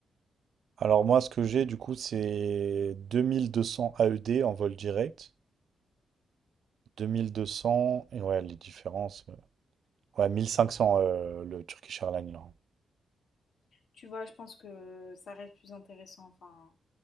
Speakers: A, on the right (about 70°); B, on the left (about 70°).
A: Alors, moi, ce que j'ai, du coup, c'est 2200 AED en vol direct. 2200, et ouais, les différences. euh, Ouais, 1500 euh, le Turkish Airlines, là.
B: Tu vois, je pense que ça reste plus intéressant. Enfin,